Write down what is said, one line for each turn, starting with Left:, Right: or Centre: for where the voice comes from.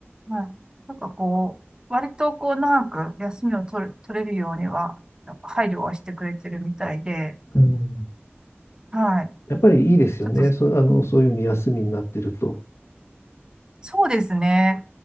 Right: はい。なんかこう、割とこう長く休みを取る、取れるようには、なんか配慮はしてくれてるみたいで、
Left: うん。
Right: はい。
Left: やっぱりいいですよね。
Right: ちょっと
Left: そ、あの、そういうふうに休みになってると。
Right: そうですね。